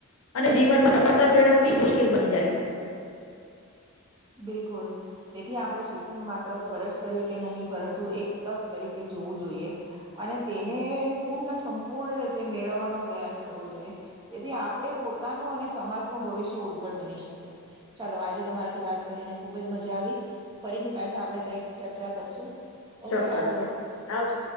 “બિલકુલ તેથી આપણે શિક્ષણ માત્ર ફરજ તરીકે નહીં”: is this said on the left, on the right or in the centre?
Right